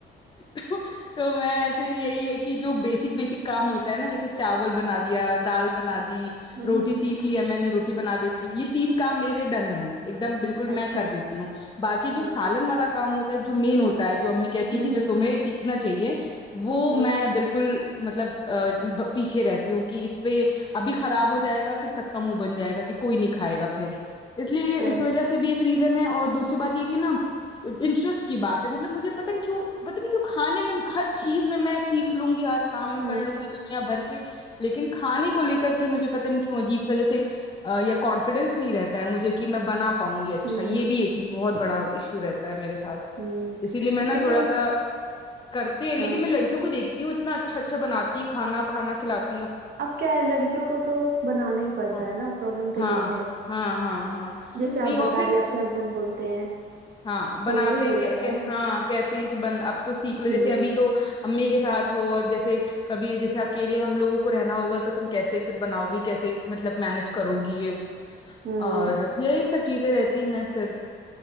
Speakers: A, on the left (about 25°); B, on the right (about 55°).
A: تو تو میں ایسے یہی ہے کہ جو بیسک بیسک کام ہوتا ہے نہ جیسے چاول بنا دیا دال بنا دی
B: ہوں
A: روٹی
B: ہوں
A: سیکھ لیا میں نے روٹی بنا دیتی یہ تین کام میرے ڈن ہے ایک دم بالکل خود
B: اچھا
A: میں کر دیتی ہوں باکی جو
B: ہاں
A: سالن والا کام ہوتا ہے جو مین ہوتا ہے جو امی کہتی
B: ہوں
A: ہیں کہ جو
B: ہوں
A: تمہیں سیکھنا چاہیے وہ
B: ہوں
A: میں بالکل مطلب ا پیچھے رہتی ہوں کہ اس پے یے ابھی خراب ہو جائے گا پھر سب کا منہ بن جائے گا کہ کوئی نہیں کھائے گا پھر اس لیے
B: ا
A: اس وجہ سے بھی ریسوں ہے اور دوسری بات یہ کہ نہ انٹرسٹ کی بات ہے مطلب مجھے پتا نہیں کیوں پتا نہیں کیوں کھانے میں ہر چیز میں میں سیکھ لوں گی ہر کام میں
B: ہوں
A: کر لوں گی دنیا بھر کے لیکن کھانے کو لے کر کے مجھے پتا نہیں کیوں عجیب سا جیسے یا کانفیڈینس نہیں رہتا ہے مجھے کہ میں بنا پاؤں گی اچھا
B: ہوں
A: یہ بھی ایک بہت بڑا ایشو رہتا ہے میرے ساتھ
B: ہوں
A: اسی لیے میں نہ
B: لیکن
A: تھوڑا سا کرتی ہیں لیکن
B: ہاں
A: میں لڑکی کو دیکتی ہوں اتنا اچھا اچھا بناتی ہیں کھا کھانا کھاتی
B: اب کیا لڑکیوں کو تو بنانا ہی پڑتا
A: ہاں
B: ہے نہ پرابلم تو
A: ہاں
B: یہ ہے
A: ہاں ہاں ہاں
B: جیسے
A: نہیں
B: آپ
A: اور
B: بتا
A: پھر
B: رہی آپ کے ہسبینڈ بولتے ہیں
A: ہاں
B: تو
A: بناتے
B: وہی ہو جاتا
A: کے کہ
B: ہے نا
A: ہاں کہتے ہیں کہ بن اب تو سیکھ لو جیسے
B: ہوں
A: ابھی تو امی کے ساتھ ہو اور جیسے کبھی جیسے اکیے ہم لوگوں کو رہنا ہوگا تو تم کیسے پھر بناؤ گی کیسے مطلب مینج کرو گی یہ
B: ہوں
A: اور یہی سب چیزیں رہتی ہیں پھر